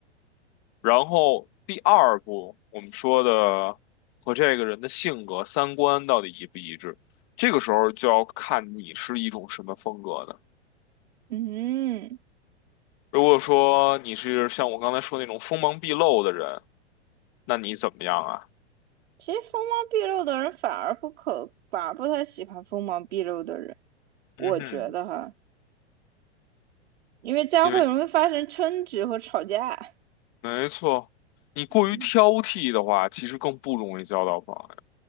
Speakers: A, on the left (about 45°); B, on the right (about 70°).
A: 然后第二步，我们说的和这个人的性格、三观到底一不一致，这个时候就要看你是一种什么风格的。
B: 嗯，
A: 如果说你是像我刚才说那种锋芒毕露的人，那你怎么样啊？
B: 其实锋芒毕露的人反而不可，反而不太喜欢锋芒毕露的人，我觉得哈，
A: 嗯哼。
B: 因为这样会容易发生争执和吵架。
A: 因为没错，你过于挑剔的话，
B: 嗯，
A: 其实更不容易交到朋友。